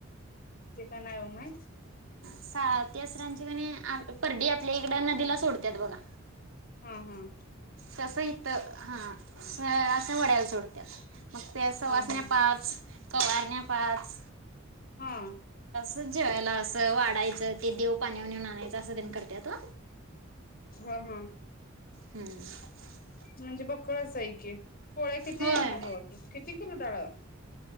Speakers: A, on the left (about 45°); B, on the right (about 75°).
A: ते काय नाय बाबा माहित.
B: साती आसरांची कणी परडी आपल्याकड नदीला सोडत्यात बघा
A: हं हं
B: तसं इथं हा असं असं ओढ्याला सोडतात. मग त्या सवाष्ण्या
A: हा हा.
B: पाच कवरण्या पाच
A: हा
B: तिथच जेवायला असं. सगळ वाढायचं ते देव पाण्यावर नेऊन आणायचं असं तेंन करत्यात ओ
A: ह ह
B: हु अ
A: म्हणजे बघ. कळस हाय की पोळ्या किती
B: होय
A: मग किती? <unintelligible>